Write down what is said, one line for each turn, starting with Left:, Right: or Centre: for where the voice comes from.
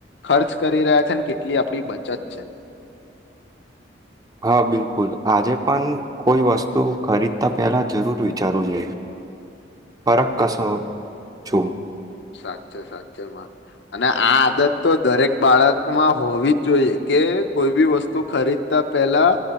Left: ખર્ચ કરી રહ્યા છે ને કેટલી આપડી બચત છે.
Right: હા બિલકુલ આજે પણ કોઈ વસ્તુ ખરીદતા પહેલા જરૂર વિચારવું જોઈએ. ફરક કસો. છું.
Left: સાચે સાચેમાં અને આ આદત તો દરેક બાળકમાં હોવી જોઈએ કે, કોઈ બી વસ્તુ ખરીદતા પેલા